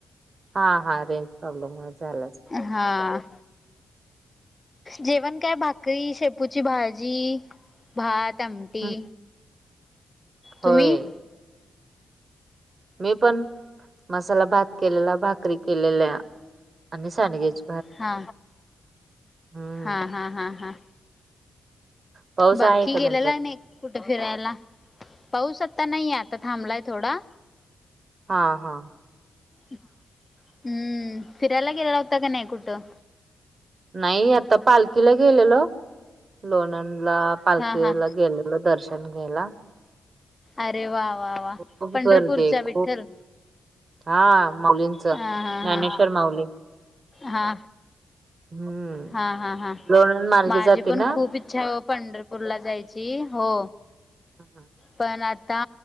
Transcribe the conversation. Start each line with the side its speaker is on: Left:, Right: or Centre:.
Right: हा हा रेंज प्रॉब्लेम मुळे झाला अस
Left: हा जेवण काय भाकरी शेपूची भाजी भात त आमटी
Right: हम्म, होय
Left: तुम्ही
Right: मी पण मसाला भात केलेला भाकरी केलेल्या आणि सांडगेच
Left: हा
Right: हम्म
Left: हा हा हा हा
Right: पाऊस
Left: बाकी
Right: आहे का
Left: गेलेला
Right: तुमच्याकडे?
Left: नाही कुठे फिरायला पाऊस आता नाहीे आता थांबलाय थोडा
Right: हा हा
Left: हम्म फिरायला गेला होता का नाही कुठं
Right: नाही आता पालखीला गेलेलो लोणंद ला पालखीला
Left: हा हा
Right: गेल दर्शन घ्यायला
Left: अरे वा वा वा
Right: खूप
Left: पंढरपूरच्या
Right: गर्दी आहे खूप
Left: विठ्ठल
Right: हा माऊलींच ज्ञानेश्वर
Left: हा हा
Right: माऊली
Left: हा
Right: हम्म
Left: हा हा हा
Right: लोणंद मार्गे
Left: माझी
Right: जाते
Left: पण
Right: ना.
Left: खूप इच्छा आहे ओ पंढरपूरला जायची हो
Right: हम हा
Left: पण आता